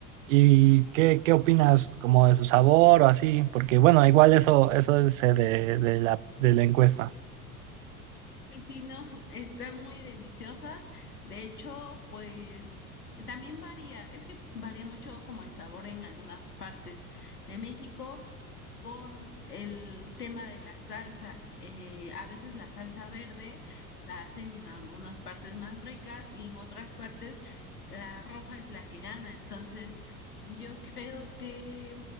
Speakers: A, on the right; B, on the left.
A: ¿y qué, qué opinas como de su sabor o así? Porque bueno, igual eso, eso es eh, de, de la, de la encuesta.
B: Pues Sí, no, <laughs> están muy deliciosas. De hecho, pues también varía, es que varía mucho como el sabor en algunas partes de México por el tema de la salsa. Eh, a veces la salsa verde la hacen en algunas partes más ricas y en otras partes la roja es la que gana. Entonces, yo creo que